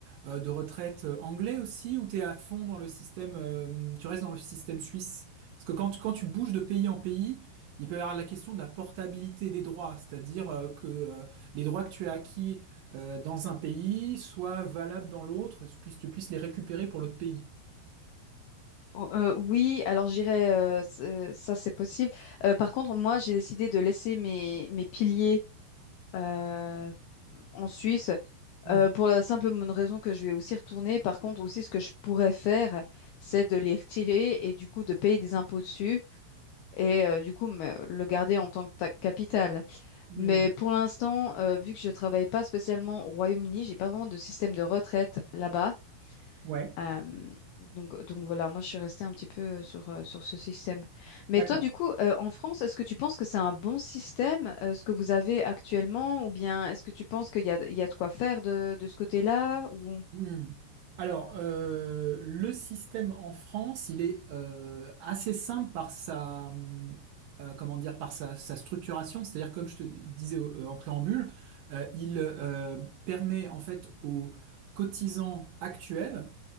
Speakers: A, on the right; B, on the left.
A: euh, de retraite euh, anglais aussi, ou tu es à fond dans le système, euh, tu restes dans le système suisse? Parce que quand, quand tu bouges de pays en pays, il peut y avoir la question de la portabilité des droits, c'est-à-dire euh, que euh, les droits que tu as acquis euh, dans un pays soient valables dans l'autre, puis tu puisses les récupérer pour l'autre pays.
B: O- euh, oui, alors j'irai. euh, c'est- ça c'est possible. Euh, par contre, moi j'ai décidé de laisser mes mes piliers euh, en Suisse
A: Mhm.
B: euh, pour la simple bonne raison que je vais aussi retourner. Par contre, aussi ce que je pourrais faire, c'est de les retirer et du coup de payer des impôts dessus et euh, du coup me- le garder en tant que ta- capital.
A: Mhm.
B: Mais pour l'instant, euh, vu que je travaille pas spécialement au Royaume-Uni, j'ai pas vraiment de système de retraite là-bas.
A: Ouais,
B: Euh, donc, donc voilà, moi je suis restée un petit peu euh, sur, euh, sur ce système. Mais
A: d'accord.
B: toi, du coup, euh, en France, est-ce que tu penses que c'est un bon système, euh, ce que vous avez actuellement, ou bien est-ce que tu penses qu'il y a, il y a de quoi faire de, de ce côté-là, ou...
A: Hmm. Alors, euh, le système en France, il est euh, assez simple par sa, hum, euh, comment dire, par sa, sa structuration. C'est-à-dire, comme je te disais au- euh, en préambule, euh, il euh, permet en fait aux cotisants actuels